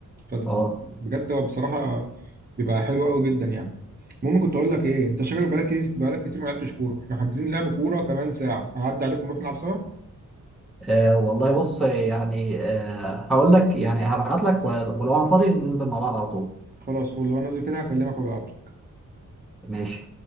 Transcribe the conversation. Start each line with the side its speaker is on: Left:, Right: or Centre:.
Right: فبجد
Centre: اه
Right: هو بصراحه بيبقى حلو قوي جدا يعني المهم كنت اقول لك ايه انت شكلك بقالك كتير بقالك كتير ما لعبتش كوره احنا حاجزين لعب كوره كمان ساعه هعدي عليكم نروح نلعب سوا
Centre: آه، والله بص يعني آه، هقول لك يعني هبعت لك ول- ولو انا فاضي ننزل مع بعض على طول
Right: خلاص فل وانا نازل كده هكلمك وبالعافيه
Centre: ماشي